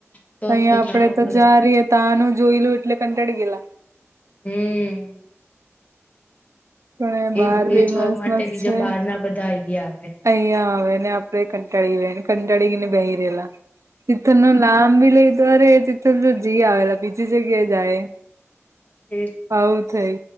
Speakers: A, on the left (about 30°); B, on the right (about 85°).
A: તો
B: અહીંયા આપડે
A: જાણવા
B: તો
A: મળે
B: જા રીએ તાનું જોયલું એટલે કંટાળી ગયેલા
A: હમ્મ.
B: પણ બહાર
A: એ એ
B: ભી
A: જોવા
B: મસ
A: માટે
B: મસ્ત
A: બીજા
B: છે.
A: બહાર ના બધા અહિયાં આવે
B: અહીંયા આવે ને આપડે કંટાળી ગયેલા ને કંટાળીને બેહે રહેલા તિથલનું નામ ભી લઈતો અરે તિથલતો જય આવેલા બીજી જગ્યાએ જાય
A: એ તો
B: આઉ થઈ